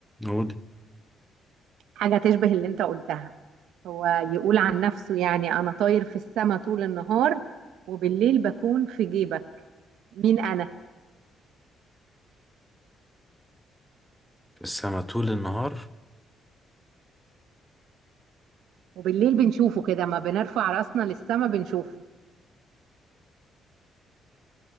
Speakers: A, in the centre; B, on the right.
A: قول
B: حاجة تشبه اللي انت قلتها هو يقول عن نفسه يعني أنا طاير في السماء طول النهار وبالليل بكون في جيبك مين أنا؟
A: السما طول النهار
B: وبالليل بنشوفه كده ما بنرفع راسنا للسماء بنشوفه